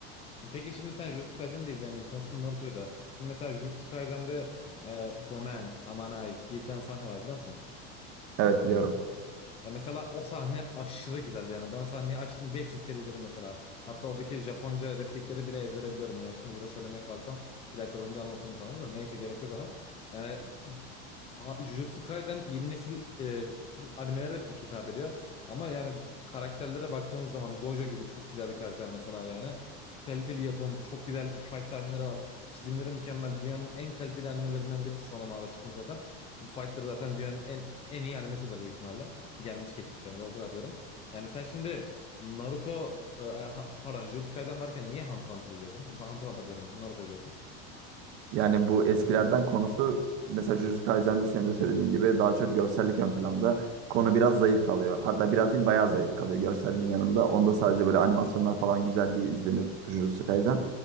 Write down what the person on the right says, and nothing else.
Evet biliyorum.
Yani bu eskilerden konusu mesela Jujutsu Kaisen'de senin de söylediğin gibi daha çok görsellik ön planda. Konu biraz zayıf kalıyor. Hatta biraz değil bayağı zayıf kalıyor görselliğin yanında. Onda sadece böyle animasyonlar falan güzel diye izlenir Jujutsu Kaisen.